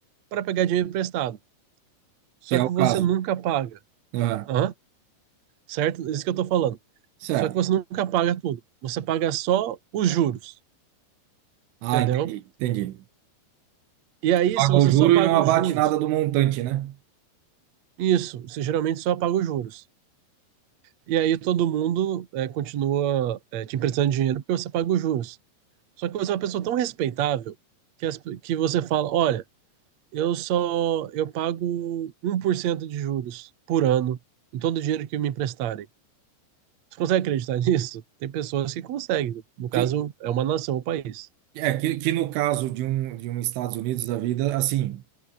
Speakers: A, on the right (about 65°); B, on the right (about 80°).
A: para pegar dinheiro emprestado. Só
B: Que é
A: que
B: o
A: você
B: caso.
A: nunca paga,
B: Aham.
A: Hã? certo? É Isso que eu estou falando.
B: Certo.
A: Só que você nunca paga tudo. Você paga só os juros,
B: Ah,
A: entendeu?
B: entendi, entendi.
A: E aí,
B: Paga
A: se você
B: o juro
A: só paga
B: e não abate
A: os juros,
B: nada do montante, né?
A: isso, você geralmente só paga os juros. E aí todo mundo é, continua é, te emprestando dinheiro porque você paga os juros. Só que você é uma pessoa tão respeitável que, as- que você fala, olha, eu só eu pago um por cento de juros por ano em todo o dinheiro que me emprestarem. Você consegue acreditar <laughs> nisso? Tem pessoas que conseguem. No caso,
B: Que,
A: é uma nação, um país.
B: É, que, que no caso de um, de um Estados Unidos da vida, assim,